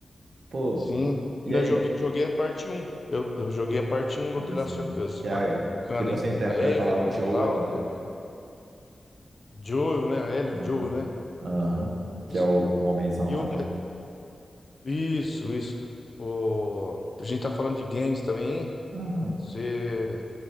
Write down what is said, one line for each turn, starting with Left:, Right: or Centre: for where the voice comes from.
Right: Pô,
Left: Sim.
Right: e
Left: Não,
Right: aí,
Left: Eu joguei, joguei a parte 1. Eu, eu joguei a parte 1 do
Right: Sim,
Left: The Last
Right: sim.
Left: of Us.
Right: Que,
Left: Bacana,
Right: é, que você
Left: hein?
Right: interpreta
Left: A Ellie,
Right: lá o Joel,
Left: né, tal.
Right: né?
Left: é, Joel, né? A Ellie,
Right: Aham.
Left: o Joel, né?
Right: Aham. Que
Left: Isso.
Right: é o, o homenzão
Left: E
Right: lá,
Left: eu,
Right: né?
Left: Isso, isso. O... A gente tá falando de games também, hein?
Right: Aham.
Left: Você...